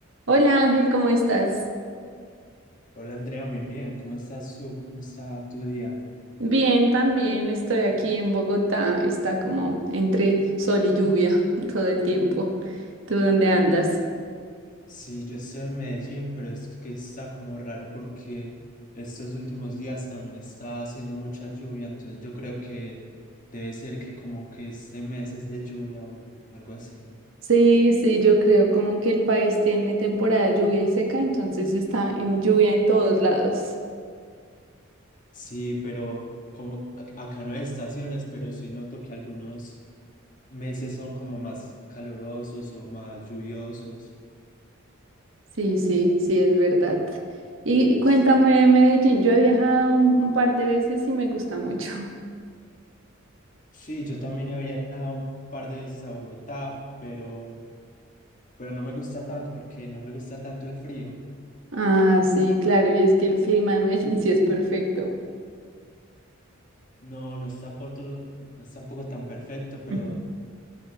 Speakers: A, on the right; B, on the left.
A: Hola Ángel, ¿cómo estás?
B: Hola Andrea, muy bien. ¿Cómo estás tú? ¿Cómo está tu día?
A: Bien, también estoy aquí en Bogotá. Está como entre sol y lluvia <laughs> todo el tiempo. ¿Tú dónde andas?
B: Sí, yo estoy en Medellín, pero es que está como raro porque estos últimos días también está haciendo mucha lluvia, entonces yo creo que debe ser que como que este mes es de lluvia o algo, o algo así.
A: Sí, sí, yo creo como que el país tiene temporada de lluvia y seca, entonces está en lluvia en todos lados.
B: Sí, pero como ac- acá no hay estaciones, pero sí noto que algunos meses son como más calurosos o más lluviosos.
A: Sí, sí, sí, es verdad. Y cuéntame
B: S-
A: de Medellín, yo he viajado un, un par de veces y me gusta mucho.
B: Sí, yo también he viajado un par de veces a Bogotá, pero... pero no me gusta tanto porque no me gusta tanto el frío.
A: Ah, sí, claro, y es que el clima de Medellín sí es perfecto.
B: No, no es tampoco, no es tampoco tan perfecto, pero,
A: <laughs>